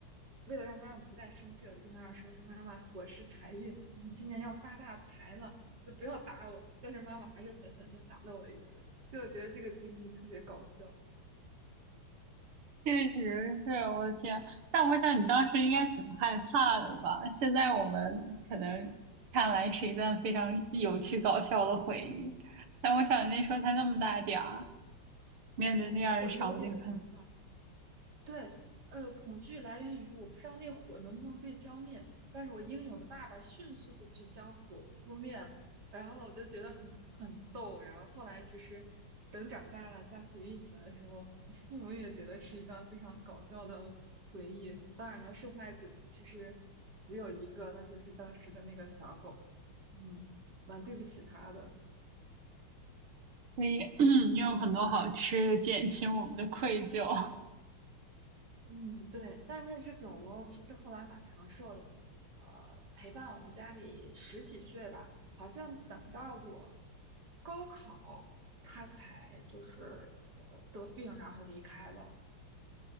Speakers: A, on the right; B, on the right.
A: 为了让妈妈不再生气，我就跟妈妈说：“我说妈妈，火是财运，我们今年要发大财了，就不要打我。”但是妈妈还是狠狠的打了我一顿，所以我觉得这个经历特别搞笑，
B: <laughs> 确实是我的天。但我想你当时应该挺害怕的吧？现在我们可能看来是一段非常有趣搞笑的回忆，但我想你那时候才那么大点儿，面对那样的场景，
A: 有有点害怕，
B: 肯
A: 对，呃，恐惧来源于我不知道那火能不能被浇灭，但是我英勇的爸爸迅速的就将火扑灭了，然后我就觉得很很逗，然后后来其实等长大了再回忆起来的时候，我父母也觉得是一段非常搞笑的回忆。当然了，受害者其实只有一个，那就是当时的那个小狗，嗯，蛮对不起他的。
B: 可以 <clears throat> 有很多好吃的，减轻我们的愧疚。
A: 嗯，对，但是那只狗狗其实后来蛮长寿的，呃，陪伴我们家里十几岁吧，好像等到我高考才就是呃得病，然后离开了。